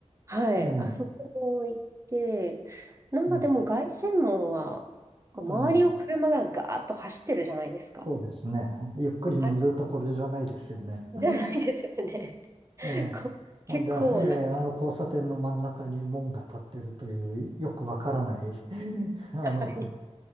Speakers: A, on the right; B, on the right.
A: はい、
B: ええ、
A: あそこも行って、なんかでも凱旋門は、
B: も
A: こう周りを車がガーッと走ってるじゃないですか。
B: う、うん、そうですね。ゆっくり見るところじゃないですよね。
A: あれ
B: うん
A: じゃないですよね。<laughs>
B: ええ、
A: こう結構なんか、
B: ほんで、ええ、あの交差点の真ん中に門が立ってるという、よくわからない、<laughs> あの、
A: はい